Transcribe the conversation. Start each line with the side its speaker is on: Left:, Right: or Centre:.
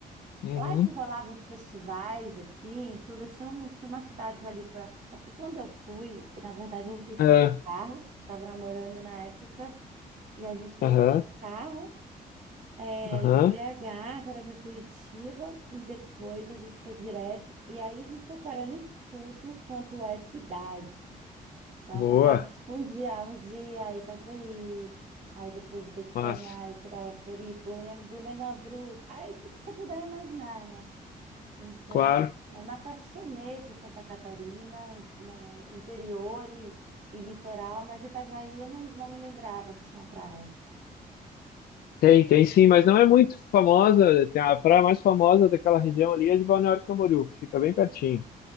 Left: Uhum.
Right: Lá é que rolavam os festivais, assim, tudo. Tinha, um, tinha umas cidades ali para. É porque quando eu fui, na verdade, eu desci
Left: Ah,
Right: de carro, estava namorando na época, e a gente desceu
Left: Aham,
Right: de carro, é,
Left: aham.
Right: de BH para Curitiba, e depois a gente foi direto, e aí a gente foi parando em tudo quanto é cidade. Então,
Left: Boa.
Right: eu passava, tipo, um dia, um dia, Itajaí, aí depois descia
Left: Mas,
Right: mais, chegava a Floripa, Blumenau, Blumenau, Brus, aí tudo que você puder imaginar, né? Então,
Left: claro.
Right: eu me apaixonei por Santa Catarina, né, interior e, e litoral, mas Itajaí eu não, não me lembrava que tinha praia
Left: Tem, tem sim, mas não é muito famosa. Tem a praia mais famosa daquela região ali é de Balneário Camboriú, que fica bem pertinho.